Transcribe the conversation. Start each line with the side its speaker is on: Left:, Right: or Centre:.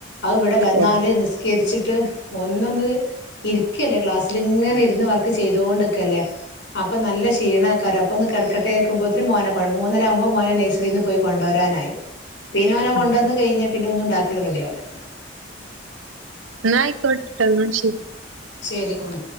Left: അത് ഇവിടെ വന്നാലെ
Right: ഓഹ്
Left: നിസ് ക്കരിച്ചിട്ട് ഒന്നൊന്ന് ഇരിക്കല്ലേ ക്ലാസ്സിൽ ഇങ്ങനെ ഇരുന്ന് വർക്ക് ചെയ്തൊണ്ടിക്കല്ലേ അപ്പൊ നല്ല ക്ഷീണാക്കാരം അപ്പൊ ഒന്ന് കെ ടകട്ടേക്കുബോതിന് മോനെ കൊ മൂന്നര ആകുമ്പോ മോനെ നഴ്സറീന്ന് പോയി കൊണ്ടോരാനായി. പിന്ന ഓനെ കൊണ്ടോന്ന്
Right: ആഹ്
Left: കഴിഞ്ഞാ പിന്നെ ഒന്നും ഇണ്ടാക്കല് റെഡിയാവുല
Right: ഇന്നാ അയിക്കോട്ടെട്ടൊ ഇന്നാ ശെരി
Left: ശെരി ഉം